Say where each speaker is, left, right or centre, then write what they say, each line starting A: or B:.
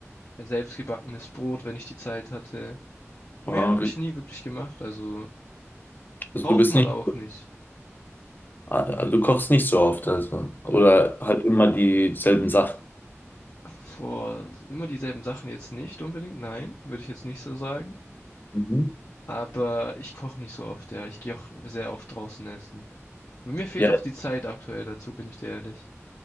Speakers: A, on the left; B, on the left.
A: äh, selbstgebackenes Brot, wenn ich die Zeit hatte. Mehr
B: Wow,
A: habe
B: richtig.
A: ich nie wirklich gemacht, also
B: Also
A: braucht
B: du bist
A: man
B: nicht,
A: auch nicht.
B: also du kochst nicht so oft, also. Oder halt immer dieselben Sachen.
A: Vor immer dieselben Sachen jetzt nicht unbedingt, nein, würde ich jetzt nicht so sagen.
B: Mhm.
A: Aber ich koche nicht so oft, ja. Ich gehe auch sehr oft draußen essen. Mir fehlt
B: Ja,
A: auch die Zeit aktuell dazu, bin ich dir ehrlich.